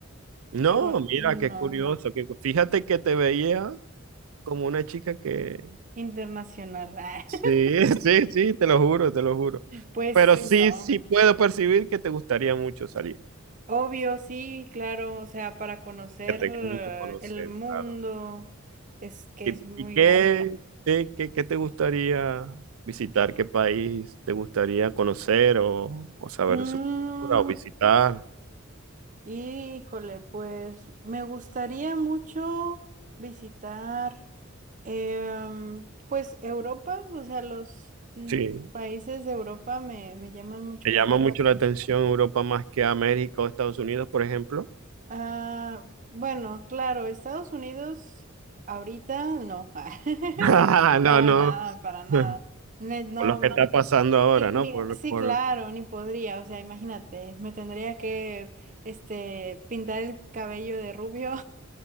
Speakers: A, on the right; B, on the right.
A: No,
B: qué bueno,
A: mira,
B: no,
A: qué curioso, que fíjate que te veía como una chica que...
B: internacional, <laughs>
A: Sí,
B: ah,
A: <laughs> sí, sí, te lo juro, te lo juro.
B: pues
A: Pero Pues
B: no,
A: sí, sí puedo percibir que te gustaría mucho salir,
B: obvio, sí, claro, o sea, para conocer
A: que te
B: eh,
A: gusta mucho conocer,
B: el mundo
A: claro.
B: es que
A: ¿Y,
B: es muy
A: y qué,
B: grande.
A: qué, qué- qué te gustaría visitar? ¿Qué país te gustaría conocer o, o saber
B: Mm,
A: de su cultura o visitar?
B: híjole, pues me gustaría mucho visitar. Em, pues Europa, o sea, los mm,
A: Sí,
B: países de Europa me, me llaman mucho
A: te
B: la
A: llama
B: atención.
A: mucho la atención Europa más que a México o Estados Unidos, por ejemplo.
B: Ah, bueno, claro, Estados Unidos ahorita no, <laughs>
A: <laughs> Ah, No,
B: para
A: no.
B: nada, para nada.
A: Por
B: Ne- No,
A: lo que
B: mm,
A: está pasando ahora,
B: ni,
A: ¿no?
B: ni-
A: Por,
B: sí,
A: por...
B: claro, ni podría, o sea, imagínate, me tendría que este, pintar el cabello de rubio